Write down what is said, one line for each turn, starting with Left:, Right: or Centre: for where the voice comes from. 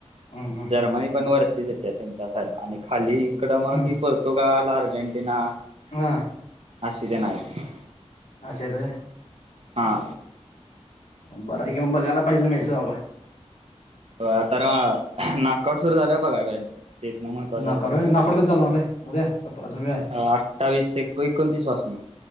Left: हम्म
Right: जर्मनी
Left: हम्म
Right: पण वरतीच ये त्या त्यांच्या खाली. खाली इकड मग
Left: हम्म
Right: कि पोर्तुगाल, अर्जेंटिना
Left: हा
Right: अशी <unintelligible> आहेत.
Left: अशी आहेत होय?
Right: हा.
Left: बर आहे, कि म बघायला पाहिजे म्हेसेज बाबा.
Right: आता नाकआउट सुरू झालं बघा ते इतन महत्त्वाच
Left: नाकआउट
Right: होतात
Left: होय
Right: सगळ्यात.
Left: नाकआउट कधी चालू होणार आहे उद्या का अजून वेळ आहे
Right: अ अठ्ठावीस एक एकोणतीस पासून.